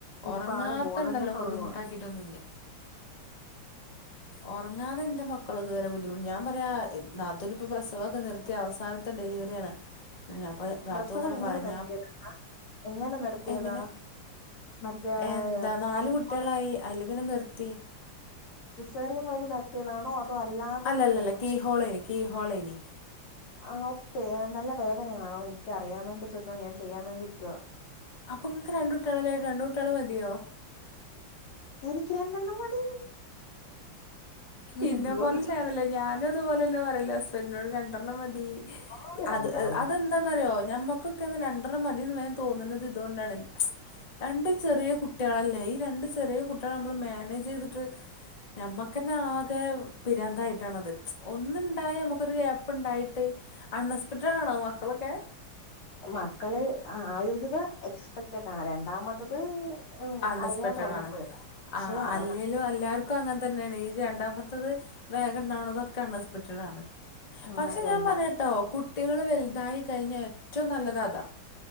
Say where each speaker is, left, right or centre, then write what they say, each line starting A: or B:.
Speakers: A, on the left (about 85°); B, on the left (about 25°).
A: ഇപ്പ
B: ഉറങ്ങാത്തണ്ടെല്ലാം
A: ആള് ബോധം കെട്ട്
B: ബുദ്ധിമുട്ടാക്കി
A: ഉറങ്ങുവാ.
B: കിട്ടൊന്നുല്ല ഉറങ്ങാതെ എന്റെ മക്കൾ ഇതുവരെ ബുദ്ധിമുട്ട ഞാ പറയാ നാത്തൂനി ഇപ്പൊ പ്രസവക്കെ നിർ ത്തെ അവസാനത്തെ ഡെലിവറിയാണ് ഞപ്പ നാത്തു
A: പ്രസവം
B: ഇങ്ങനെ
A: എങ്ങനെ
B: പറിം
A: നിർത്തിയതാ എങ്ങനെ നിർത്തിയതാ
B: എങ്ങനെ
A: മറ്റേ
B: എന്താ നാലു
A: കീമോ
B: കുട്ടിളായി അയ്ല് പിന്നെ നിർത്തി
A: സിസേറിയൻ വഴി നടത്തിയതാണോ അതോ അല്ലാ
B: അല്ല അല്ല കീ ഹോളനി കീ ഹോളനി
A: ആ നല്ല വേദനയാണോ എൻക്ക് അറിയാൻ വേണ്ടി ചോയ്ക്കാ ഞാൻ ചെയ്യാൻ വേണ്ടിയിരിക്കുവ
B: അപ്പൊ ങ്ങക്ക് രണ്ടുട്ടള് ആയെ രണ്ടുട്ടിയളെ മതിയോ
A: എനിക്ക് രണ്ടണ്ണം മതി
B: ഇന്നെ
A: എന്തുവാ
B: പോലത്തെണല്ലേ
A: ചോ
B: ഞാനും ഇത്പൊലല്ല ഹസ്ബൻഡിനോട് രണ്ടണ്ണം മതി
A: ഓഹ് രണ്ടാമത്
B: അത് അതെന്താന്നറിയോ ഞമ്മക്ക് രണ്ടെണ്ണം മതിന്ന് വേം തോന്ന്ണത് ഇതോണ്ടാണ് രണ്ട് ചെറിയ കുട്ടിയളല്ലേ ഈ രണ്ട് ചെറിയ കുട്ടിയളെ നമ്മള് മാനേജ് ചെയ്തിട്ട് ഞമ്മക്കന്നെ ആകെ പിരാന്തായിട്ടാണത് ഒന്നുണ്ടായി അമ്മക്കൊരു ഗ്യാപ്പ് ഇണ്ടായിട്ട് അൺഎക്സ്‌പെക്റ്റഡാണോ മക്കളൊക്കെ
A: മക്കള് ആദ്യത്തത് എക്സ്പെക്റ്റഡാണ് രണ്ടാമത്തത്
B: അൺഎസ്പെക്റ്റണ്
A: അറിയാതെ വന്നു പോയതാ പക്ഷെ
B: ആ അല്ലേലും
A: അത്
B: എല്ലാർ ക്കൊ അങ്ങൻ തന്നെണ് ഈ രണ്ടാമത്തത് വേഗംണ്ടാവണതൊക്കെ അൺഎസ്പെറ്റഡാണ്
A: ആഹ്
B: പക്ഷെ
A: രണ്ടാ
B: ഞാൻ പറയട്ടോ കുട്ടികള് വൽതായി കഴിഞ്ഞ ഏറ്റവും നല്ലതതാ